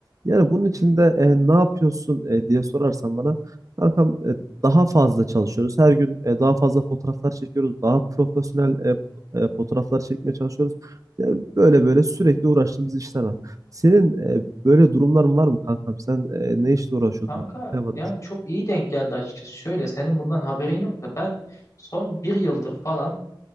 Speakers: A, on the right; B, on the left.
A: Yani bunun için
B: Hmm.
A: de e, ne yapıyorsun e, diye sorarsan bana kankam e, daha fazla çalışıyoruz. Her gün e, daha fazla fotoğraflar çekiyoruz. Daha profesyonel e, e, fotoğraflar çekmeye çalışıyoruz. Yani böyle böyle sürekli uğraştığımız işler var. Senin e, böyle durumların var mı kankam? Sen e, ne işle uğraşıyordun?
B: Kanka
A: Bilemedim
B: yani
A: şu
B: çok iyi denk geldi açıkçası. Şöyle senin bundan haberin yok da ben son bir yıldır falan